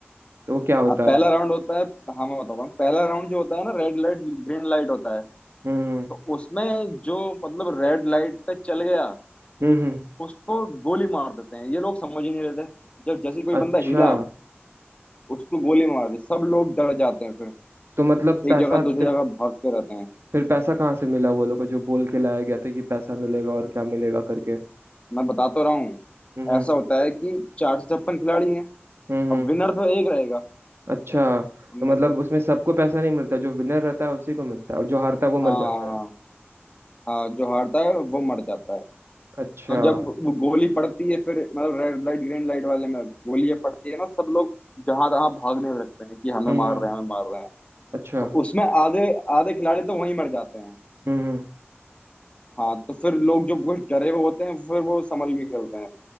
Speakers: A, on the right; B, on the left.
A: तो वो क्या होता
B: अब
A: है
B: पहला राउंड होता है हाँ मैं बताऊँ पहला राउंड जो होता है ना रेड लाइट ग्रीन लाइट होता है
A: हम्म हम्म
B: तो उसमें जो मतलब रेड लाइट पे चल गया
A: हम्म हम्म,
B: उसको गोली मार देते हैं ये लोग समझ ही नहीं लेते जब जैसे कोई
A: अच्छा
B: बंदा हिला उसको गोली मार दी सब लोग डर जाते हैं फिर
A: तो मतलब पैसा
B: एक जगह दूसरी
A: फिर
B: जगह भागते रहते हैं
A: फिर पैसा कहाँ से मिला वो लोग को जो बोल के लाया गया था कि पैसा मिलेगा और क्या मिलेगा करके
B: मैं बता तो रहा हूँ
A: हम्म हम्म
B: ऐसा होता है कि चार सौ छप्पन खिलाड़ी हैं
A: हम्म हम्म,
B: अब विनर तो एक रहेगा
A: अच्छा
B: उनमें
A: तो मतलब
B: से
A: उसमें सबको पैसा नहीं मिलता जो विनर रहता है उसी को मिलता है और जो हारता
B: हाँ
A: है वो मर जाता है
B: हाँ जो हारता है वो मर जाता है
A: अच्छा
B: तो
A: हम्म
B: जब वो गोली पड़ती है फिर मतलब रेड लाइट ग्रीन लाइट वाले में गोली पड़ती है ना सब लोग जहां तहां भागने लगते हैं कि हमें
A: हम्म,
B: मार रहे हैं हमें मार रहे हैं
A: अच्छा
B: तो उसमें आधे आधे खिलाड़ी तो वहीं मर जाते हैं
A: हम्म हम्म
B: हाँ तो फिर लोग जो कुछ डरे हुए होते हैं फिर वो संभल के खेलते हैं